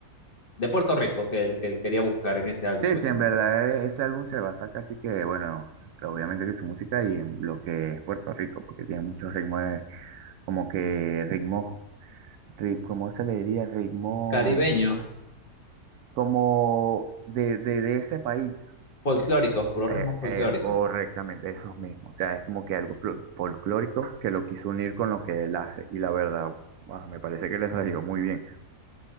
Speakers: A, on the left (about 40°); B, on the right (about 75°).
A: de Puerto Rico, que él, que él quería buscar en ese álbum,
B: Sí,
A: pues
B: sí,
A: que
B: en
A: no
B: verdad
A: sea.
B: eh, ese álbum se basa casi que, bueno, que obviamente que su música y en lo que es Puerto Rico, porque tiene muchos ritmos, eh, como que ritmos, ri- ¿cómo se le diría? Ritmos
A: Caribeños,
B: como de, de, de ese país,
A: folclóricos, puro ritmo
B: Eh,
A: folclórico.
B: eh, correctamente, esos mismos. O sea, es como que algo fol- folclórico que lo quiso unir con lo que él hace. Y la verdad, guau, me parece que le salió muy bien.